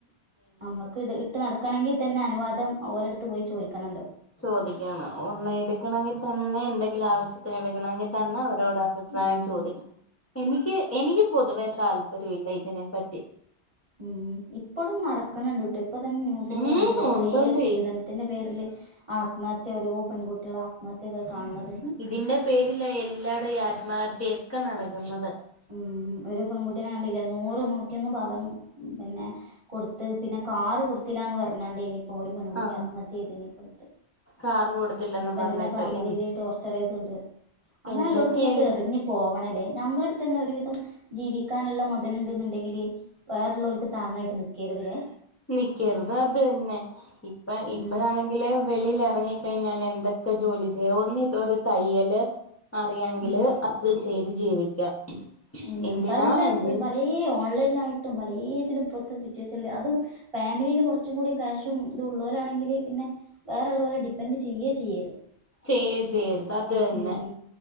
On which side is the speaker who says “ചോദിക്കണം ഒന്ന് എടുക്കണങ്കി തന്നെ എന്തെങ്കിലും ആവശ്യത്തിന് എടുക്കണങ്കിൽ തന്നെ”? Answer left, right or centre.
Left